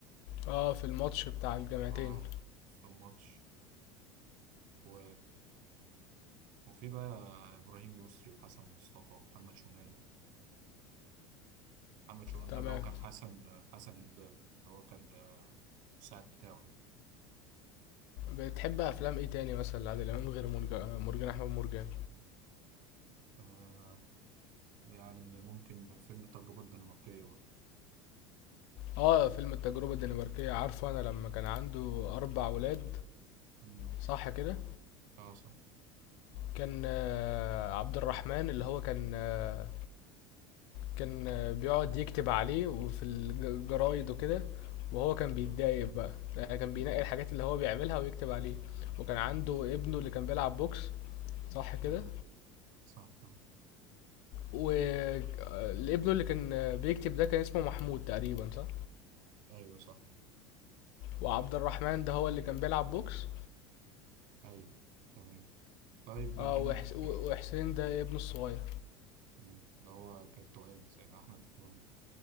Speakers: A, on the left; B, on the right.
A: اه في الماتش بتاع الجامعتين
B: اه في الماتش و... وفي بقى ابراهيم يسري وحسن مصطفى ومحمد شومان محمد شومان
A: تمام
B: ده اللي هو كان حسن حسن هنداوي اللي هو كان آه، المساعد بتاعه يعني
A: بتحب افلام ايه تاني مثلا لعادل امام غير مرج- مرجان احمد مرجان
B: آه يعني ممكن فيلم التجربة الدنماركية برضه
A: اه فيلم التجربه الدنماركيه عارفه انا لما كان عنده اربع ولاد
B: مم.
A: صح كده
B: اه صح
A: كان آه، عبد الرحمن اللي هو كان آه، كان بيقعد يكتب عليه وفي الجرايد وكده وهو كان بيتضايق بقى يعني كان بينقي
B: مم.
A: الحاجات اللي هو بيعملها ويكتب عليه وكان عنده ابنه اللي كان بيلعب بوكس صح كده
B: مم. صح صح.
A: وابنه اللي كان بيكتب ده كان اسمه محمود تقريبا صح
B: ايوه صح
A: وعبد الرحمن ده هو اللي كان بيلعب بوكس
B: ايوه تمام طيب بما
A: اه وحس...
B: انك
A: وحسين
B: آه،
A: ده ابنه الصغير
B: مم، اللي هو كان توأم زي احمد التوأم